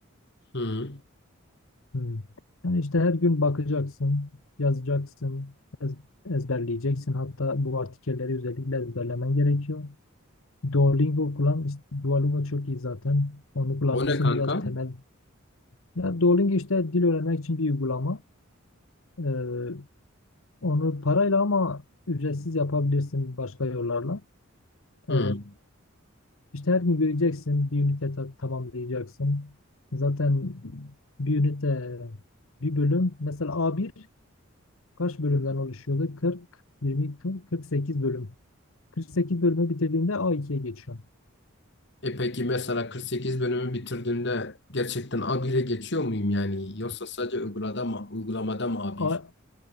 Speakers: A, on the left; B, on the left.
A: Hı.
B: Hmm. Yani işte her gün bakacaksın, yazacaksın, ez- ezberleyeceksin. Hatta bu artikelleri özellikle ezberlemen gerekiyor. Duolingo kullan. işte Duolingo çok iyi zaten. Onu kullanırsın
A: O ne kanka?
B: biraz temel. Ya Duolingo işte dil öğrenmek için bir uygulama. Ee, onu parayla ama ücretsiz yapabilirsin başka yollarla.
A: Hı.
B: Ee, İşte her gün göreceksin, bir ünite ta- tamamlayacaksın. Zaten bir ünite, bir bölüm. Mesela A1 kaç bölümden oluşuyordu? 40, 20, 40, 48 bölüm. 48 bölümü bitirdiğinde A2'ye geçiyorsun.
A: E peki mesela 48 bölümü bitirdiğimde gerçekten A 1'e geçiyor muyum yani? Yoksa sadece uygulamada mı, uygulamada mı A 1?
B: A,